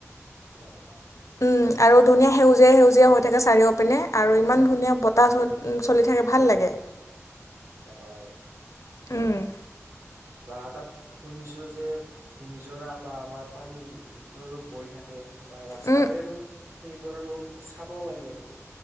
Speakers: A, on the right; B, on the left.
A: হয়
B: উম আৰু ধুনীয়া সেউজীয়া সেউজীয়া হৈ থাকে চাৰিও পিনে আৰু ইমান ধুনীয়া বতাহ চ চলি থাকে ভাল লাগে
A: হয়
B: উম
A: বা তাত শুনিছো যে নিজৰা বা আমাৰ পানীৰ যিটো ৰূপ বৈ থাকে বা ৰাস্তাৰে
B: উম,
A: আৰু সেইবোৰ আৰু চাব পাৰি আৰু